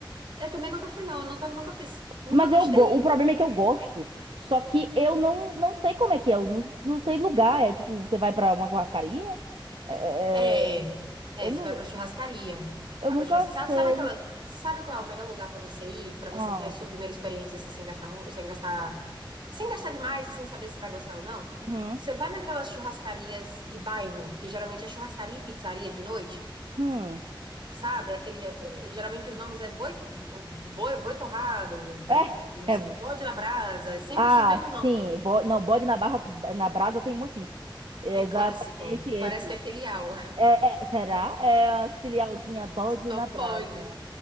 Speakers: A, on the right; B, on the right.
A: Eu também nunca fui, não. Eu nunca, nunca fiz, nunca
B: Mas
A: gostei
B: eu, go- o problema é que eu gosto. Só que eu não, não sei como é que é. Eu não, não sei lugar. É tipo, você vai pra uma churrascaria? É-
A: É,
B: é-
A: é,
B: é, eu,
A: você
B: não,
A: vai pra churrascaria.
B: eu
A: Vai
B: nunca
A: pra churras-
B: sei.
A: Sabe, sabe aquela, sabe qual é o melhor lugar pra você ir, Pra
B: Ah,
A: você ter a sua primeira experiência assim, sem gastar, mu- sem gastar, sem gastar demais e sem saber se vai gostar ou não?
B: uhum,
A: Você vai naquelas churrascarias de bairro, que geralmente é churrascaria e pizzaria de noite,
B: hum.
A: sabe? Aquele, é, é, geralmente os nomes é boi, boi, boi torrado,
B: <laughs>
A: é, não
B: é
A: sei, bode na brasa, sempre
B: Ah,
A: esses mesmos
B: sim.
A: nomes.
B: Bo- Não, bode na barra, na brasa tem um aqui. É
A: É
B: exatamente
A: clássico,
B: esse.
A: parece que é filial,
B: É, é- será? É a filialzinha
A: <laughs>
B: bode
A: só
B: na brasa.
A: pode.